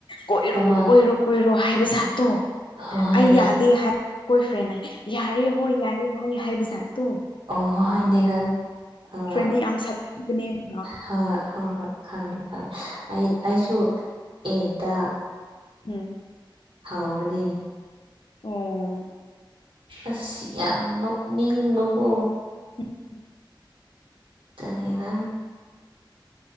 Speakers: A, on the left; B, on the right.
A: ꯀꯣꯏꯔꯣ
B: ꯍꯣꯏ ꯍꯣꯏ
A: ꯀꯣꯏꯔꯣ ꯀꯣꯏꯔꯣ ꯍꯥꯏꯕꯖꯥꯠꯇꯣ
B: ꯍꯣꯏ ꯍꯣꯏꯅꯦ
A: ꯑꯩ ꯌꯥꯗꯦ ꯍꯥꯏ ꯀꯣꯏ ꯐ꯭ꯔꯦꯟꯅ ꯌꯥꯔꯦ ꯍꯣꯏ ꯌꯥꯔꯦ ꯍꯣꯏ ꯍꯥꯏꯕꯖꯥꯠꯇꯣ
B: ꯑꯣ ꯍꯣꯏꯅꯦ ꯍꯣꯏ ꯑꯣ
A: ꯐ꯭ꯔꯦꯟꯗꯤ ꯌꯥꯝ ꯁꯥꯊꯤꯕꯅꯦꯕ
B: ꯍꯣꯏ ꯍꯣꯏ ꯍꯣꯏ ꯈꯪꯉꯦ ꯈꯪꯉꯦ ꯑꯩ ꯑꯩꯁꯨ ꯑꯦꯠꯇ
A: ꯎꯝ
B: ꯍꯥꯎꯕꯅꯦ
A: ꯑꯣ
B: ꯑꯁ ꯌꯥꯝ ꯅꯣꯛꯅꯤꯡꯕꯀꯣ
A: <inaudible>
B: ꯇꯅꯦꯅ